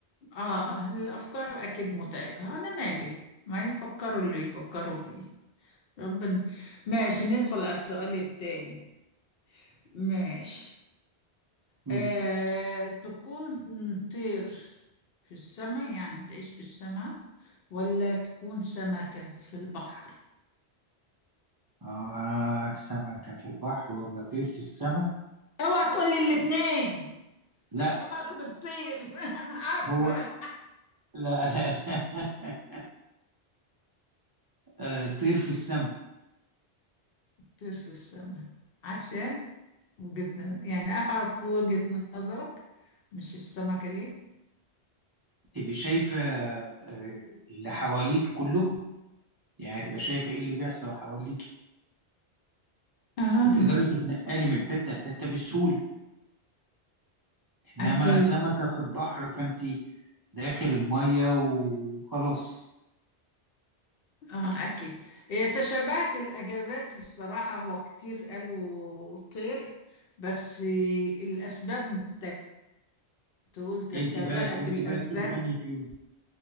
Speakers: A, on the left; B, on the right.
A: اه الافكار اكيد متعبه انا مالي ما يفكروا اللي يفكروا فيه ربنا ماشي ندخل على السؤال التاني ماشي
B: مم.
A: آه، تكون طير في السماء يعني تعيش في السماء ولا تكون سمكة في البحر
B: آه سمكة في البحر ولا طير في السماء؟
A: اوعى تقولي الاتنين <laughs>
B: لا
A: السمك بتطير <laughs> انا عارفة
B: هو لا لا لا <laughs> آه طير في السماء
A: طير في السماء عشان وجهة يعني اعرف وجهة نظرك مش السمكة ليه
B: تبقى شايفة آه اللي حواليك كله يعني تبقى شايفة إيه اللي بيحصل حواليك
A: آه.
B: وتقدري تتنقلي من حتة لحتة بسهولة إنما
A: اكيد
B: سمكة في البحر فأنت داخل المية وخلاص
A: اه اكيد هي تشابهت الاجابات الصراحه هو كتير قالوا طير بس الاسباب مختلفه تقول تشابهت
B: أنت بقى أنت
A: الاسباب
B: بقى تحب أنهي فيهم